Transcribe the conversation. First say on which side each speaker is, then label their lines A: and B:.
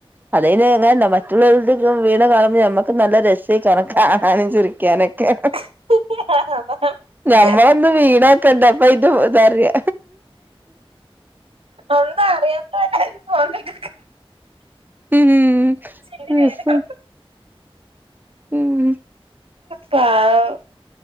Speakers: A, on the right; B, on the right.
A: അതന് എങ്ങനെന്താ മറ്റുള്ളവരുടെ ഇപ്പ വീണ കാണുമ്പോ നമ്മക്ക് നല്ല രസമായി കാണാനും ചിരിക്കാനും എങ്ങനെയൊക്കെ ആണ്
B: ആ
A: നമ്മളൊന്ന് വീണക്കണ്ടപ്പ ഇത് പോതറിയ
B: എന്താ അറിയാത്തതുപോലെ പോകു
A: ഉം
B: ചിരി വരും
A: അപ്പ ഉം
B: പാവം